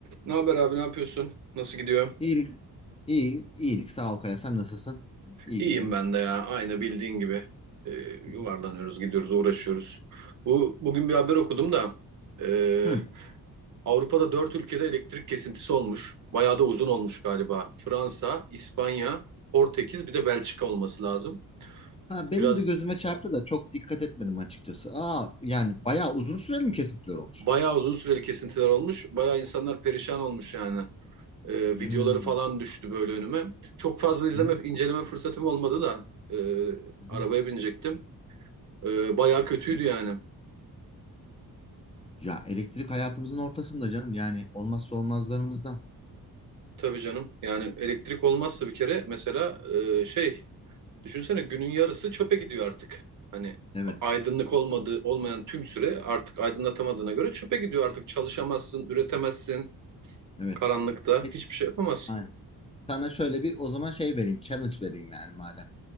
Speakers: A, on the right; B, on the left.
A: Ne haber abi, ne yapıyorsun? Nasıl gidiyor?
B: İyilik. iyi, iyilik. Sağ ol Kaya. Sen nasılsın? İyi
A: İyiyim
B: gidiyor.
A: ben de ya. Aynı bildiğin gibi. Ee, yuvarlanıyoruz,
B: Hı hı.
A: gidiyoruz, uğraşıyoruz. Bu bugün bir haber okudum da ee,
B: Hı.
A: Avrupa'da dört ülkede elektrik kesintisi olmuş. Bayağı da uzun olmuş galiba. Fransa, İspanya, Portekiz, bir de Belçika olması lazım.
B: Ha, benim
A: Biraz
B: de gözüme çarptı da çok dikkat etmedim açıkçası. Aa, yani bayağı uzun süreli mi kesintiler olmuş?
A: bayağı uzun süreli kesintiler olmuş. Bayağı insanlar perişan olmuş yani. Ee,
B: Hmm.
A: videoları falan düştü böyle önüme. Çok fazla izleme,
B: Hı hı.
A: inceleme fırsatım olmadı da ee,
B: Hı hı.
A: arabaya binecektim. Ee, bayağı kötüydü
B: Evet.
A: yani.
B: Ya elektrik hayatımızın ortasında canım. Yani olmazsa olmazlarımızdan.
A: Tabii canım. Yani elektrik olmazsa bir kere mesela e, şey düşünsene günün yarısı çöpe gidiyor artık. Hani
B: Evet.
A: aydınlık olmadığı olmayan tüm süre artık aydınlatamadığına göre çöpe gidiyor artık. Çalışamazsın, üretemezsin.
B: Evet.
A: Karanlıkta
B: Peki.
A: hiçbir şey yapamazsın.
B: Aynen. Sana şöyle bir o zaman şey vereyim. Challenge vereyim yani madem.